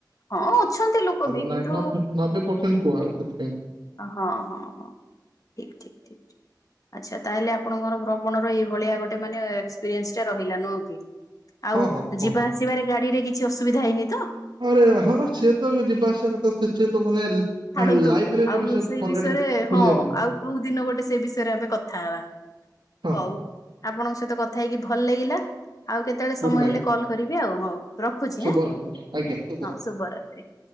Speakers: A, on the left; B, on the right.
A: ହଁ ଅଛନ୍ତି ଲୋକ ବି
B: ନାଇଁ
A: କିନ୍ତୁ
B: ନବେ ନବେ ପରସେଣ୍ଟ୍ କୁହାଗଲା ସେଥିପାଇଁ।
A: ଓ ହଁ, ହଁ, ହଁ, ଠିକ୍ ଠିକ୍ ଠିକ୍ ଠିକ୍। ଆଚ୍ଛା ତାହେଲେ ଆପଣଙ୍କର ଭ୍ରମଣର ଏଇଭଳିଆ ଗୋଟେ ମାନେ ଏକ୍ସପିରିଏନ୍ସ୍ ଟେ ରହିଲା ନୁହଁ କି? ଆଉ
B: ହଁ ହଁ ହଁ।
A: ଯିବା ଆସିବାରେ ଗାଡି ରେ କିଛି ଅସୁବିଧା ହେଇନି ତ?
B: ଆରେ ହଁ ସିଏ ତ ଯିବା ଆସିବା କଥା ସେ ସିଏ ତ ମାନେ
A: ଛାଡନ୍ତୁ
B: ଲାଇଫରେ କେବେ
A: ଆଉ
B: ସେ
A: ସେଇ
B: ଫରଗେଟ
A: ବିଷୟରେ
B: ଭୁଲି
A: ହଁ
B: ହବନି
A: ଆଉ କୋଉ ଦିନ ଗୋଟେ ସେ ବିଷୟରେ ଆମେ କଥା ହେବା।
B: ହଁ
A: ହଉ ଆପଣଙ୍କ ସହିତ କଥା ହେଇକି ଭଲ ଲାଗିଲା ଆଉ କେତ କେତେବେଳେ ସମୟ
B: ଗୁଡ୍ ନାଇଟ୍
A: ହେଲେ କଲ୍ କରିବି ଆଉ, ହଉ ରଖୁଛି
B: ଶୁଭରାତ୍ରି
A: ଆଁ,
B: ଆଜ୍ଞା ଶୁଭରାତ୍ରି।
A: ହଁ ଶୁଭରାତ୍ରି।